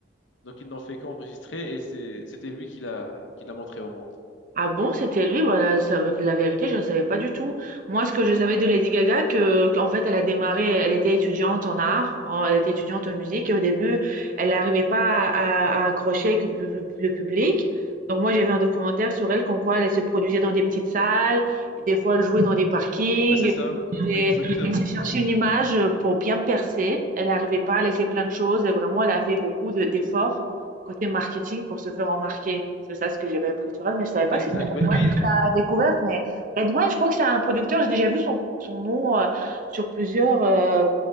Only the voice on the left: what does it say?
donc ils n'ont fait qu'enregistrer et c'est- c'était lui qui l'a qui l'a montré au monde.
Ben, c'est ça,
exactement,
exact.
Ben
lui,